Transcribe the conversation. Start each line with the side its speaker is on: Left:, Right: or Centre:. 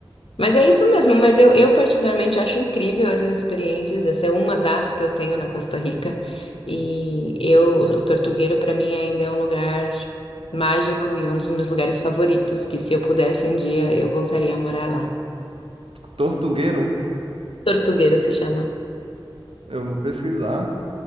Left: Mas é isso mesmo, mas eu, eu particularmente acho incrível essas experiências, essa é uma das que eu tenho na Costa Rica, e eu, o Tortuguero para mim ainda é um lugar mágico e um dos meus lugares favoritos, que se eu pudesse um dia eu voltaria a morar lá.
Right: Tortugueiro,
Left: Tortuguero se chama,
Right: eu vou pesquisar.